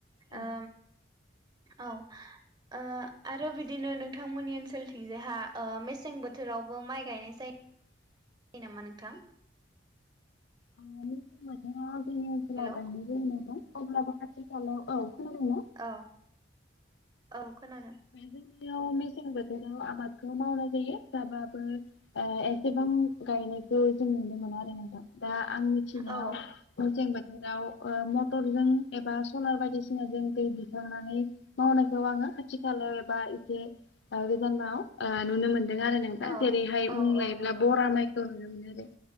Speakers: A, on the left; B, on the right.
A: औ
B: ओ औ। ओ आरो बिदिनो नोंथांमोननि ओनसोलथिंजायहा ओ मेसें बोथोरावबो माइ गायनाय जाय
A: <inaudible>
B: <unintelligible> नामा नोंथां?
A: ओ मोसें बोथोराव जोंनि ओनसोलाव
B: हेल'
A: गायनाय जायनाय दं अब्लाबो खाथि खालायाव औ खोनादों ना?
B: औ औ खोनादों।
A: जोंनियाव मेसें बोथोराव आबादखौ मावनाय जायो जाबाबो ओ एसेबां गायनायखौ जों नुनो मोना आरो नोंथां दा आं मिथिनायाव
B: औ
A: मेसें बोथोराव ओ मटरजों एबा सलार बायदिसिनाजों दै दैखांनानै मावनायखौ आङो खाथि खालायाव एबा एसे ओ गोजानाव ओ नुनो मोनदों आरोना एबा
B: औ
A: जेरैहाय
B: औ
A: मुं लायोब्ला
B: औ नंगौ
A: बरा माइखौ होनोमोन आरो।